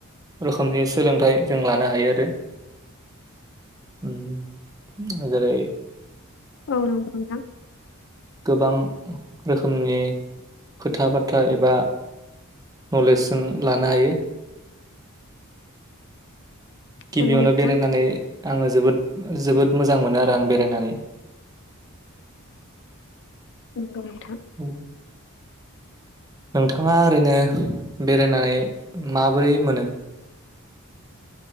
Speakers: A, on the right; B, on the left.
A: रोखोमनि सोलोंथाइ जों लानो हायो आरो ओम जेरै
B: औ नंगौ नोंथां
A: गोबां रोखोमनि खोथा बाथ्रा एबा नलेजजों लानो हायो गिबियावनो
B: नंगौ नोंथां
A: बेरायनानै आङो जोबोद जोबोद मोजां मोनो आरो आं बेरायनानै
B: <unintelligible>
A: औ नोंथाङा ओरैनो बेरायनानै माबोरै मोनो?